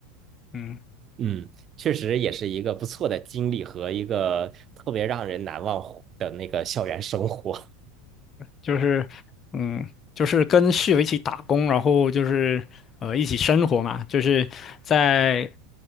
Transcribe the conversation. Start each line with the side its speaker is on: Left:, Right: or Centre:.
Left: 嗯。
Right: 嗯，确实也是一个不错的经历和一个特别让人难忘的那个校园生活。
Left: 就是，嗯，就是跟室友一起打工，然后就是呃一起生活嘛，就是在